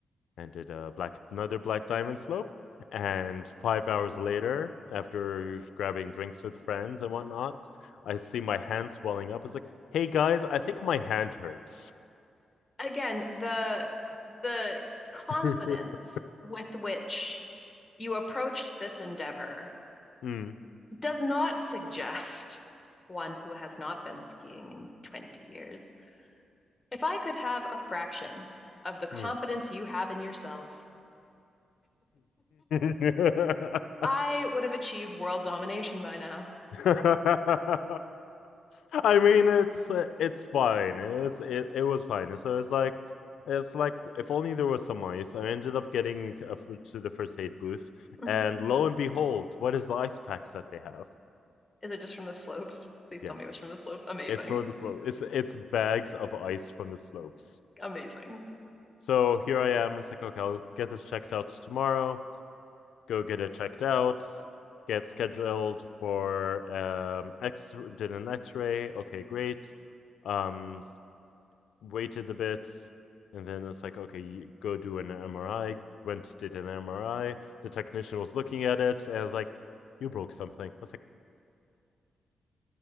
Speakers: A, on the left (about 85°); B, on the left (about 15°).
A: and did a black another black diamond slope. And five hours later, after grabbing drinks with friends and whatnot, I see my hand swelling up. It's like, hey guys, I think my hand hurts.
B: Again, the the confidence
A: <laughs>
B: with which you approached this endeavor
A: Mm,
B: does not suggest one who has not been skiing in 20 years. If I could have a fraction of the confidence
A: mm.
B: you have in yourself,
A: <laughs>
B: I would have achieved world domination by now.
A: <laughs> I mean, it's it's fine. It's it, it was fine. So it's like it's like if only there was some ice. I ended up getting uh, to the first aid booth,
B: Mhm.
A: and lo and behold, what is the ice packs that they have?
B: Is it just from the slopes? Please
A: Yes,
B: tell me it was from the slopes. Amazing.
A: it's from the slope. It's it's bags of ice from the slopes.
B: Amazing.
A: So here I am. It's like okay, I'll get this checked out tomorrow. go get it checked out, get scheduled for um X did an X-ray. Okay, great. Um, waited a bit, and then it's like, okay, you go do an MRI. Went did an MRI. The technician was looking at it, and I was like, "You broke something." I was like,